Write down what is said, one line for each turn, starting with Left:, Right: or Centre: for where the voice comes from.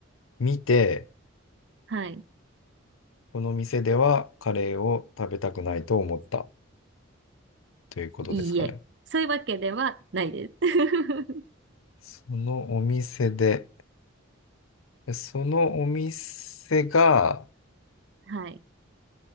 Left: 見て、
Right: はい。
Left: この店ではカレーを食べたくないと思ったということですかね。
Right: いいえ。そういうわけではないです。<laughs>
Left: そのお店ででそのお店が、
Right: はい。